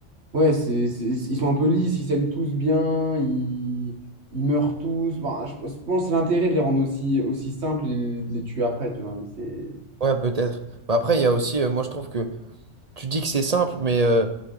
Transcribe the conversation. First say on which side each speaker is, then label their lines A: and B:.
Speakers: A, on the right; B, on the right.
A: Ouais, c'est, c'est- ils sont un peu lisses, ils s'aiment tous bien, ils, ils meurent tous. Enfin, je, je pense que c'est l'intérêt de les rendre aussi, aussi simples et de les tuer après, tu vois. mais c'est...
B: ouais, peut-être. Bah, après, il y a aussi, euh, moi, je trouve que tu dis que c'est simple, mais. euh,